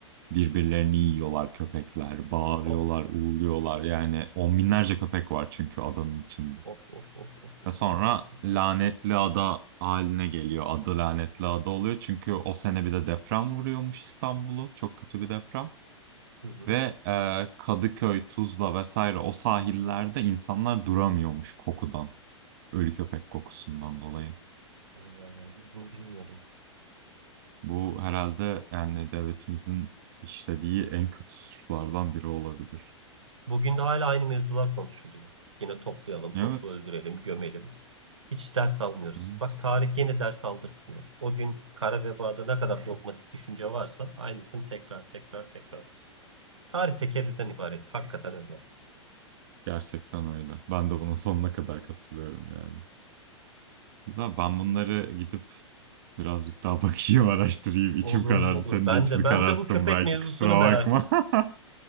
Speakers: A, on the right; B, on the right.
A: Birbirlerini yiyorlar köpekler, bağırıyorlar,
B: Of
A: uğurluyorlar. Yani on binlerce köpek var çünkü adanın içinde.
B: of of of of of
A: Ve sonra
B: çok kötü.
A: lanetli ada haline geliyor. Adı lanetli ada oluyor. Çünkü o sene bir de deprem vuruyormuş İstanbul'u. Çok kötü bir deprem.
B: Hı hı.
A: Ve e, Kadıköy, Tuzla vesaire o sahillerde insanlar duramıyormuş kokudan. Ölü köpek kokusundan dolayı.
B: Vay vay vay. Bunu bilmiyordum.
A: Bu herhalde yani devletimizin işlediği en kötü suçlardan biri olabilir.
B: Bugün de hala aynı mevzular konuşuluyor. Yine toplayalım, toplu
A: Evet.
B: öldürelim, gömelim. Hiç ders almıyoruz.
A: evet.
B: Bak tarih yine ders aldırtmıyor. O gün kara vebada ne kadar dogmatik düşünce varsa aynısını tekrar tekrar tekrar. ediyor. Tarih tekerrürden ibaret. Hakikaten öyle.
A: Gerçekten öyle. Ben de buna sonuna kadar katılıyorum yani. Güzel. Ben bunları gidip birazcık daha bakayım, <laughs> araştırayım. İçim
B: Olur
A: karardı.
B: olur.
A: Senin
B: Ben
A: de içini
B: de ben
A: kararttım
B: de bu köpek
A: belki.
B: mevzusuna
A: Kusura
B: merak
A: bakma.
B: ettim.
A: <laughs>